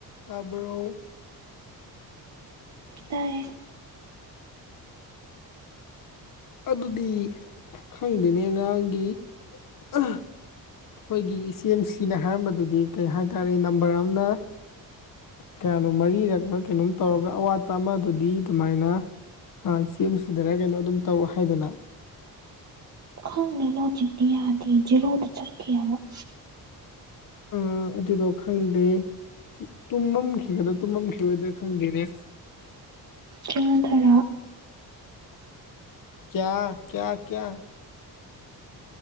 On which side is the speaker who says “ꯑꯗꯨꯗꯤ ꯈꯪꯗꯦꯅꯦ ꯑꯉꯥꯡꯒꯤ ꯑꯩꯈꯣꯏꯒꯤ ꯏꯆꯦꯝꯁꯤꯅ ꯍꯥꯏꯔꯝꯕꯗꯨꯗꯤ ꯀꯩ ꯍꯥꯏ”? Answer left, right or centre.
Left